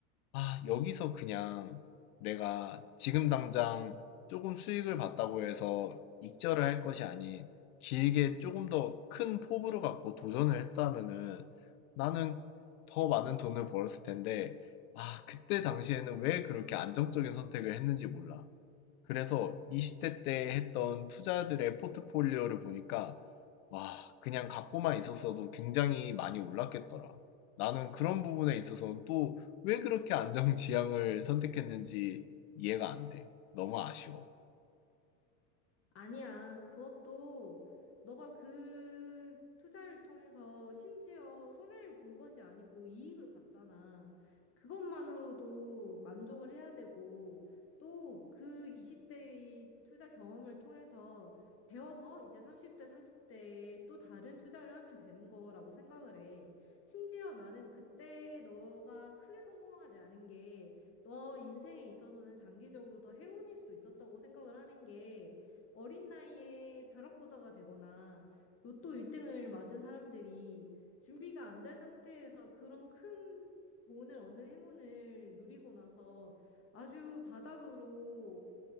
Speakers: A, on the left; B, on the left.
A: 아, 여기서 그냥 내가 지금 당장 조금 수익을 봤다고 해서 익절을 할 것이 아닌 길게 조금 더 큰 포부를 갖고 도전을 했다면은 나는 더 많은 돈을 벌었을 텐데, 아, 그때 당시에는 왜 그렇게 안정적인 선택을 했는지 몰라. 그래서 20대 때 했던 투자들의 포트폴리오를 보니까 와, 그냥 갖고만 있었어도 굉장히 많이 올랐겠더라. 나는 그런 부분에 있어서 또 왜 그렇게 안정지향을 선택했는지 이해가 안 돼. 너무 아쉬워.
B: 아니야. 그것도 너가 그 투자를 통해서 심지어 손해를 본 것이 아니고 이익을 봤잖아. 그것만으로도 만족을 해야 되고 또 그 20대의 투자 경험을 통해서 배워서 이제 30대, 40대에 또 다른 투자를 하면 되는 거라고 생각을 해. 심지어 나는 그때 너가 크게 성공하지 않은 게 너 인생에 있어서는 장기적으로 더 행운일 수도 있었다고 생각을 하는 게 어린 나이에 벼락부자가 되거나 로또 1등을 맞은 사람들이 준비가 안 된 상태에서 그런 큰 돈을 얻는 행운을 누리고 나서 아주 바닥으로